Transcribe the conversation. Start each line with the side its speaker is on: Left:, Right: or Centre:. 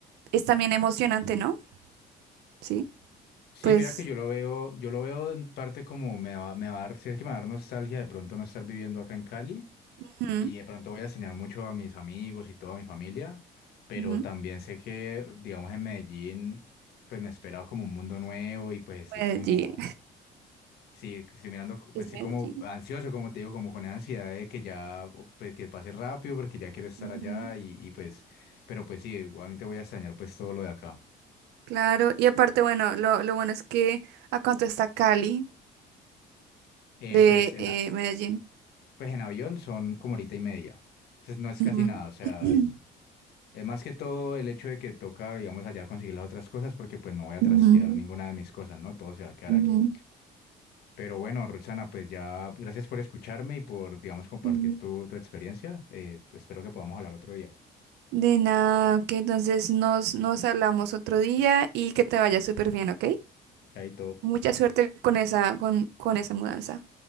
Right: es también emocionante, ¿no? Sí,
Left: Sí,
Right: pues
Left: mira que yo lo veo, yo lo veo en parte como me va, me va a dar, sí que me va a dar nostalgia de pronto no estar viviendo acá en Cali
Right: ujú,
Left: y de pronto voy a extrañar mucho a mis amigos y toda mi familia, pero
Right: ujú,
Left: también sé que, digamos, en Medellín, pues me espera como un mundo nuevo y pues estoy
Right: Medellín,
Left: como Sí, que estoy mirando, pues
Right: <laughs> es
Left: sí,
Right: Medellín.
Left: como ansioso, como te digo, como con esa ansiedad de que ya, o, pues, que pase rápido, porque ya quiero estar
Right: ujú.
Left: allá y, y, pues, pero pues sí, igualmente voy a extrañar pues todo lo de acá.
Right: Claro, y aparte, bueno, lo, lo bueno es que a cuánto está Cali
Left: Eh,
Right: de
Left: pues, en,
Right: eh,
Left: a-
Right: Medellín.
Left: pues en avión son como horita y media, entonces no es
Right: Ujú.
Left: casi nada, o sea,
Right: <clears throat>
Left: es, es más que todo el hecho de que toca, digamos, allá conseguir las otras cosas, porque pues no voy a trastear
Right: Ujú,
Left: ninguna de mis cosas, ¿no? Todo se va a quedar
Right: ujú.
Left: aquí. Pero bueno, Roxana, pues ya, gracias por escucharme y por, digamos, compartir
Right: Mm.
Left: tu, tu experiencia, eh, pues, espero que podamos hablar otro día.
Right: De nada, que entonces nos, nos hablamos otro día y que te vaya súper bien, ¿ok?
Left: Chaito.
Right: Mucha suerte con esa, con, con esa mudanza.